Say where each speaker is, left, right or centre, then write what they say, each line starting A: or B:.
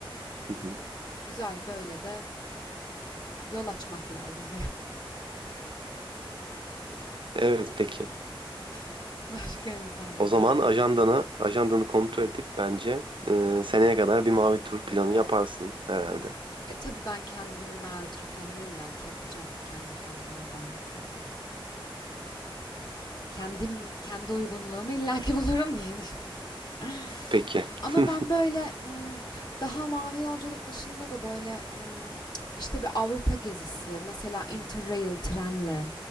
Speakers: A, on the right; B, on the left.
A: Hı hı.
B: Güzel böyle de yol açmak lazım
A: Evet peki.
B: <laughs> başka insanlara.
A: O zaman ajandana ajandanı kontrol edip bence eee, seneye kadar bir mavi tur planı yaparsın herhalde.
B: E tabii ben kendimi mavi tür planımı illaki yapacağım. Kendi kendime ben e, kendim kendi uygunluğumu illaki <laughs> bulurum diye düşün- <laughs>
A: Peki.
B: Ama
A: <laughs>
B: ben böyle ım, daha mavi yolculuk dışında da böyle ım, işte bir Avrupa gezisi mesela Interrail trenle